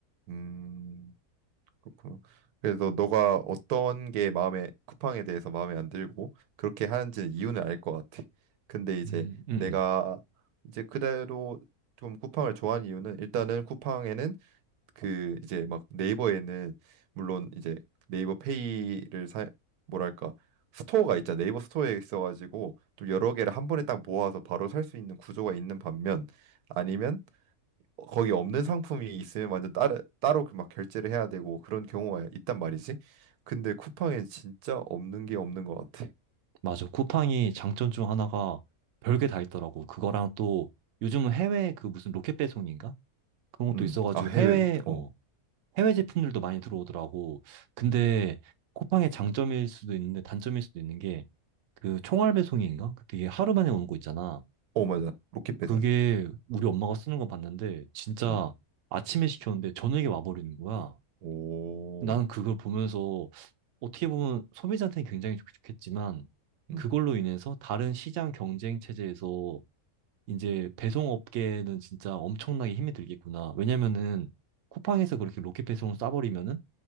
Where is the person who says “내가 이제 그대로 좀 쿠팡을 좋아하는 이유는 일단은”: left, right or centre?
Right